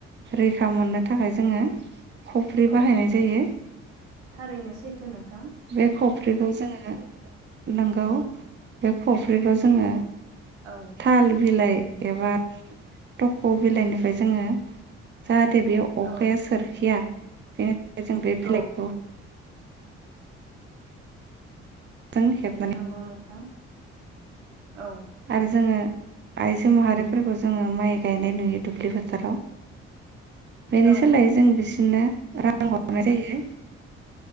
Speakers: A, on the right; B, on the right.
A: रैखा मोननो थाखाय जोङो खफ्रि
B: औ
A: बाहायनाय जायो
B: थारैनो सैथो नोंथां
A: बे ख खफ्रिखौ जोङो नंगौ बे खफ्रिखौ जोङो
B: औ
A: थाल बिलाइ एबा थख' बिलाइनिफ्राय जोङो जाहा नाथाय बेयाव अखाया
B: औ
A: सोरखिया <unintelligible> जों बे बिलाइखौ
B: औ
A: जों हेबनानै
B: नंगौ नोंथां औ
A: आरो जोङो आइजो माहारिफोरखौ जोङो माइ गायनाय नुयो दुब्लि फोथाराव बेनि
B: औ
A: सोलायै जों बेस इनो रां हरनाय जायो।